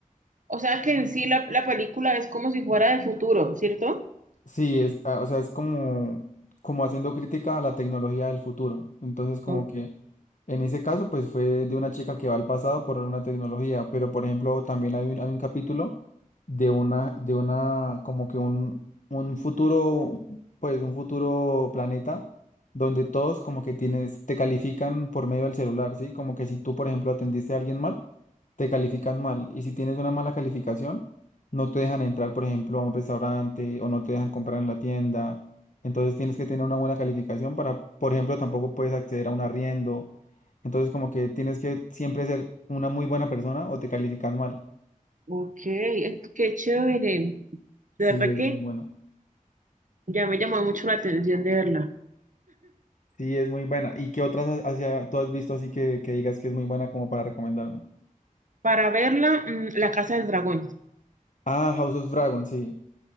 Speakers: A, on the right; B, on the left.
A: O sea que en sí la, la película es como si fuera de futuro, ¿cierto?
B: Sí, es, ah, o sea, es como, como haciendo crítica a la tecnología del futuro. Entonces, como
A: O-
B: que en ese caso, pues fue de una chica que va al pasado por una tecnología, pero por ejemplo, también hay un, hay un capítulo de una, de una, como que un, un futuro, pues un futuro planeta donde todos como que tienes, te califican por medio del celular, ¿sí? Como que si tú, por ejemplo, atendiste a alguien mal, te califican mal. Y si tienes una mala calificación, no te dejan entrar, por ejemplo, a un restaurante o no te dejan comprar en la tienda. Entonces tienes que tener una buena calificación para, por ejemplo, tampoco puedes acceder a un arriendo entonces como que tienes que siempre ser una muy buena persona o te califican mal.
A: Ok, eh, qué chévere.
B: Sí,
A: De verdad
B: es
A: que
B: muy buena.
A: ya me llamó mucho la atención de verla.
B: Sí, es muy buena. ¿Y qué otras ha- hacia, tú has visto así que, que digas que es muy buena como para recomendarme?
A: Para verla, mm, La Casa del Dragón.
B: Ah, House of Dragon, sí.